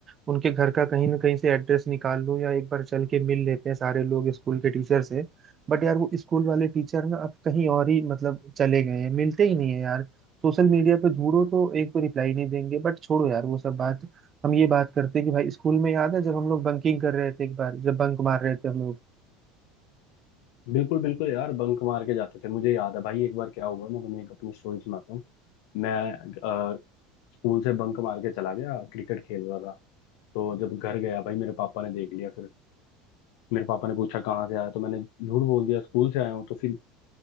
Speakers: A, on the right; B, on the left.
A: उनके घर का कहीं ना कहीं से एड्रेस निकाल लूँ या एक बार चल के मिल लेते हैं सारे लोग स्कूल के टीचर से बट यार वो स्कूल वाले टीचर ना अब कहीं और ही मतलब चले गए हैं मिलते ही नहीं है यार सोशल मीडिया पे ढूंढो तो एक तो रिप्लाई नहीं देंगे बट छोड़ो यार वो सब बात हम ये बात करते हैं कि भाई स्कूल में याद है जब हम लोग बंकिंग कर रहे थे एक बार जब बंक मार रहे थे हम लोग
B: बिल्कुल बिल्कुल यार बंक मार के जाते थे मुझे याद है भाई एक बार क्या हुआ मैं तुम्हें एक अपनी स्टोरी सुनाता हूँ मैं अ, स्कूल से बंक मार के चला गया क्रिकेट खेल रहा था तो जब घर गया भाई मेरे पापा ने देख लिया फिर मेरे पापा ने पूछा कहाँ से आया तो मैंने झूठ बोल दिया स्कूल से आया हूँ तो फिर